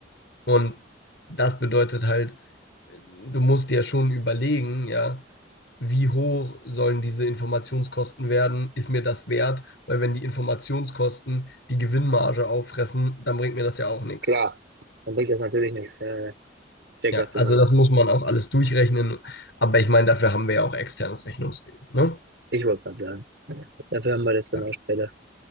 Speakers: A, on the left; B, on the right.
A: Und das bedeutet halt, du musst dir schon überlegen, ja, wie hoch sollen diese Informationskosten werden? Ist mir das wert? Weil wenn die Informationskosten die Gewinnmarge auffressen, dann bringt mir das ja auch nichts.
B: Klar, dann bringt das natürlich nichts. Ja, ja. check,
A: Ja,
B: was du
A: also
B: meinst.
A: das muss man auch alles durchrechnen. Aber ich meine, dafür haben wir ja auch externes Rechnungswesen, ne?
B: Ich wollte gerade sagen. Dafür haben wir das dann
A: Ja,
B: auch später.